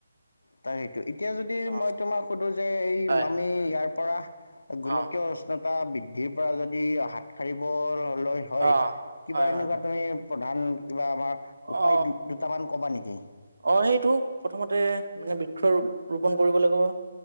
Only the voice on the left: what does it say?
তাক সেইটো এতিয়া যদি
মই তোমাক সুধোঁ যে এই
আমি ইয়াৰ পৰা গোলকীয়
উষ্ণ উষ্ণতা বৃদ্ধিৰ পৰা যদি হাত সাৰিবলৈ হয়
কিবা
এনেকুৱা
তুমি প্ৰধান কিবা আমাৰ উপায়
দুটামান ক'বা নেকি?